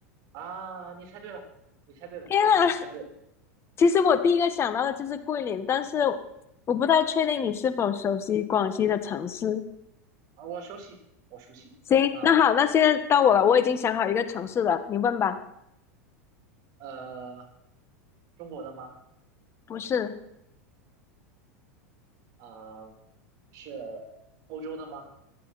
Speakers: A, on the right; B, on the left.
A: 啊，你猜对了，你猜对了，
B: 天啊！
A: 恭喜你猜对了
B: 其实我第一个想到的就是桂林，但是我不太确定你是否熟悉广西的城市。
A: 啊！我熟悉，我熟悉啊，
B: 行，那好，那现在到我了，我已经想好一个城市了，你问吧。
A: 呃，中国的吗？
B: 不是，
A: 啊，是欧洲的吗？